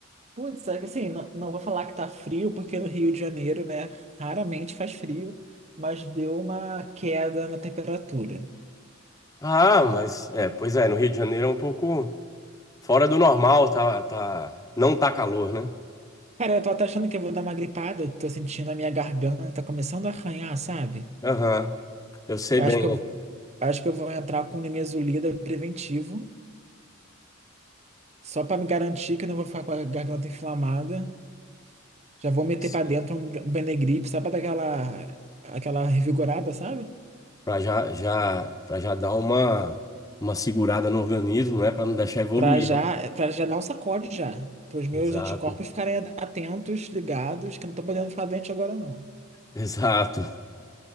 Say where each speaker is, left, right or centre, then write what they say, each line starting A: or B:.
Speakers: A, on the right; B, on the left.
A: Putz, é que assim, não, não vou falar que tá frio, porque no Rio de Janeiro, né, raramente faz frio, mas deu uma queda na temperatura.
B: Ah, mas é, pois é, no Rio de Janeiro é um pouco fora do normal, tá, tá, não tá calor, né?
A: Cara, eu tô até achando que eu vou dar uma gripada, eu tô sentindo a minha garganta começando a arranhar, sabe?
B: Aham, eu sei
A: Eu
B: bem.
A: acho que eu, vou-
B: né?
A: acho que eu vou entrar com nimesulida preventivo, só pra me garantir que eu não vou ficar com a garganta inflamada. Já vou meter
B: Sim.
A: pra dentro um um Benegripe, só pra dar aquela, aquela revigorada, sabe?
B: Pra já, já, para já dar uma, uma segurada no organismo, né? Pra não deixar evoluir,
A: Pra já,
B: né?
A: para já dar um sacode já. Para os meus
B: Exato,
A: anticorpos ficarem atentos, ligados, que eu não tô podendo ficar doente agora, não.
B: <laughs> exato.